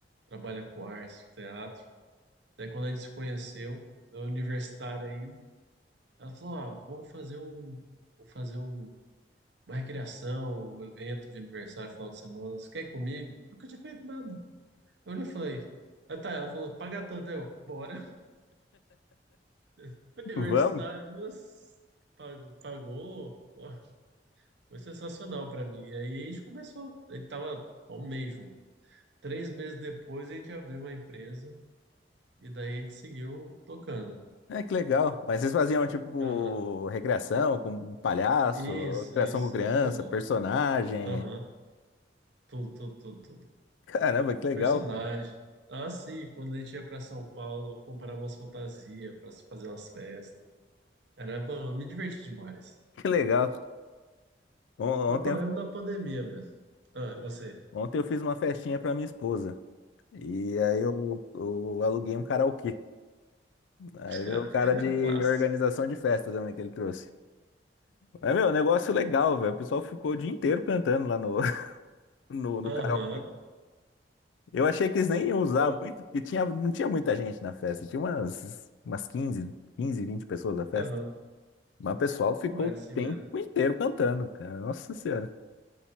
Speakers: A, on the right; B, on the left.
A: trabalha com artes, teatro. Daí quando a gente se conheceu, eu universitário ainda Ela falou: Ah, vou fazer um, vou fazer um, uma recreação, um evento de aniversário final de semana. Você quer ir comigo? Nunca tinha feito nada. Eu olhei e falei: Ah, tá. Ela falou: Paga tanto. Eu, bora. <laughs> Universitário,
B: Vamos,
A: nossa, pagou, pagou. Pô, foi sensacional pra mim. E aí a gente começou. A gente tava há um mês junto. Três meses depois a gente abriu uma empresa e daí a gente seguiu tocando.
B: É, que legal. Mas vocês faziam, tipo,
A: Aham.
B: recreação com palhaço,
A: Isso,
B: recreação
A: isso,
B: com criança,
A: tudo.
B: personagem.
A: Aham. Tudo, tudo, tudo, tudo.
B: Caramba, que legal,
A: Personagem.
B: cara.
A: Ah, sim, quando a gente ia pra São Paulo, comprava umas fantasias pra se fazer umas festas. Era bom, eu me diverti demais.
B: Que legal. On-
A: Só
B: Ontem,
A: paramos
B: eu-
A: na pandemia mesmo. Ah, e você?
B: ontem eu fiz uma festinha pra minha esposa. E aí eu, eu aluguei um karaokê. Aí
A: <laughs>
B: veio o cara de
A: Clássico.
B: organização de festa também que ele trouxe. É, meu, negócio legal, velho. O pessoal ficou o dia inteiro cantando lá no, <laughs> no, no
A: Aham.
B: karaokê. Eu achei que eles nem iam usar
A: Bom,
B: muito, porque tinha, não tinha muita gente na festa. Tinha umas, umas 15 15, 20 pessoas na festa.
A: Aham.
B: Mas o pessoal ficou
A: Mas é
B: o
A: assim
B: tempo
A: mesmo.
B: inteiro cantando, cara. Nossa Senhora,